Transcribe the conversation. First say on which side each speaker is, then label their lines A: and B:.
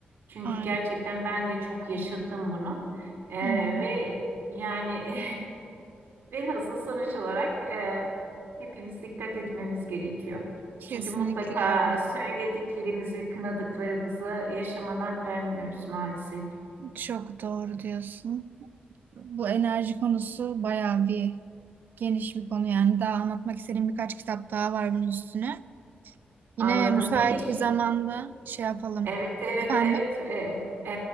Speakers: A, on the right (about 80°); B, on the right (about 60°).
A: Çünkü
B: Aynen.
A: gerçekten ben de çok yaşadım bunu. Ee,
B: Hı hı.
A: ve yani <laughs> velhasıl sonuç olarak e, hepimiz dikkat etmemiz gerekiyor.
B: Kesinlikle
A: Çünkü mutlaka
B: öyle.
A: söylediklerimizi, kınadıklarımızı yaşamadan ölmüyoruz maalesef.
B: Çok doğru diyorsun. Bu enerji konusu bayağı bir geniş bir konu yani. Daha anlatmak istediğim birkaç kitap daha var bunun üstüne. Yine
A: Anladım.
B: müsait
A: Peki
B: bir zamanda şey yapalım.
A: Evet, evet,
B: Efendim?
A: evet. E, e,